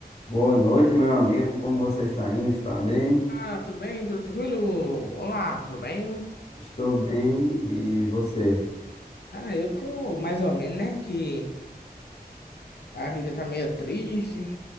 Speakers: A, on the left; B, on the left.
A: Boa noite, meu amigo. Como você está indo? Está bem?
B: Ah, tudo bem? Tudo tranquilo? Olá, tudo bem?
A: Estou bem. E você?
B: Ah, eu tô mais ou menos, né? Que a vida tá meio triste.